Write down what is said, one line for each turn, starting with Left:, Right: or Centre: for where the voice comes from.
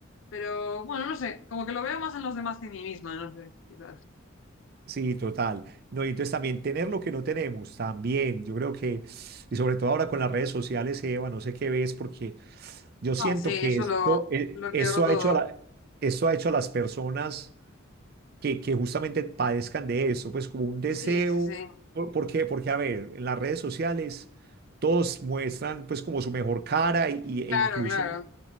Left: pero bueno, no sé, como que lo veo más en los demás que en mí misma, no sé, quizás.
Right: Sí, total. No, y entonces también tener lo que no tenemos, también. Yo creo que, y sobre todo ahora con las redes sociales, Eva, no sé qué ves, porque yo siento
Left: Ah, sí,
Right: que
Left: eso
Right: esto,
Left: lo,
Right: eh,
Left: lo empeoró
Right: eso
Left: todo.
Right: ha hecho a la- eso ha hecho a las personas que, que justamente padezcan de eso, pues como un deseo.
Left: Sí, sí, sí.
Right: ¿Por, por qué? Porque, a ver, en las redes sociales todos muestran pues como su mejor cara y, y- e
Left: Claro,
Right: incluso
Left: claro.